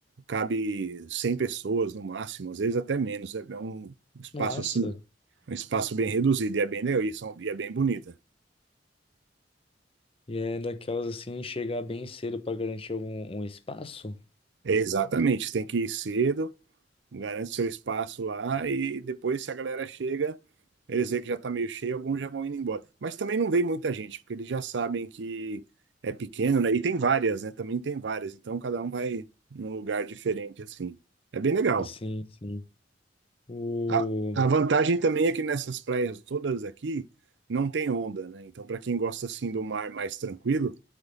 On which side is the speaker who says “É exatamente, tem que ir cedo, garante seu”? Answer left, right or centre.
Right